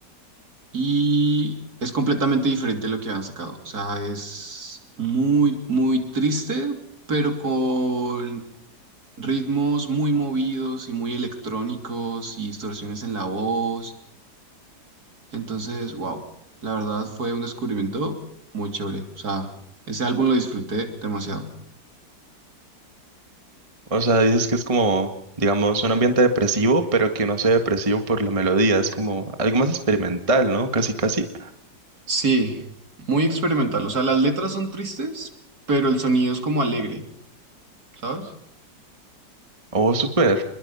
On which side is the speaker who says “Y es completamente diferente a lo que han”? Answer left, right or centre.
Right